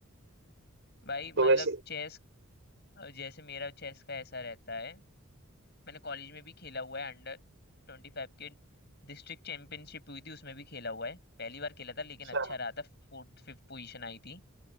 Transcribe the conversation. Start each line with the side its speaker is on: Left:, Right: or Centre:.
Left: भाई मतलब
Right: तो वैसे
Left: चेस जैसे मेरा चेस का ऐसा रहता है मैंने कॉलेज में भी खेला हुआ है अंडर ट्वेंटी फाइव के डिस्ट्रिक्ट चैंपियनशिप हुई थी उसमें भी खेला हुआ है पहली बार खेला था
Right: अच्छा
Left: लेकिन अच्छा रहा था फोर्थ फिफ्थ पोजीशन आई थी